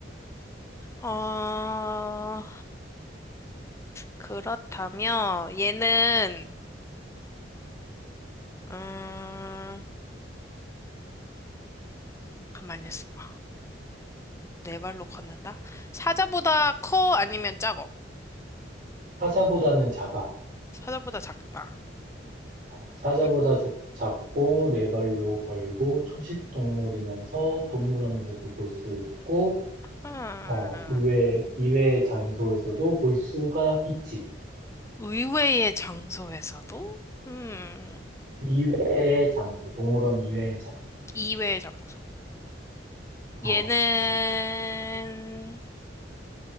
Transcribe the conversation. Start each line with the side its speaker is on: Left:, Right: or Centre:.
Left: 어, 그렇다면 얘는 음, 가만히 있어봐. 네 발로 걷는다? 사자보다 커 아니면 작어?
Right: 사자보다는 작아.
Left: 사자보다 작다.
Right: 어, 사자보다
Left: 네.
Right: 좁- 작고 네 발로 걸고 초식 동물이면서 동물원에서도 볼 수 있고
Left: 음,
Right: 어, 의외 이외의 장소에서도 볼 수가 있지.
Left: 의외의 장소에서도? 음,
Right: 이외의 장소, 동물원 이외의 장소.
Left: 이외의 장소.
Right: 어,
Left: 얘는,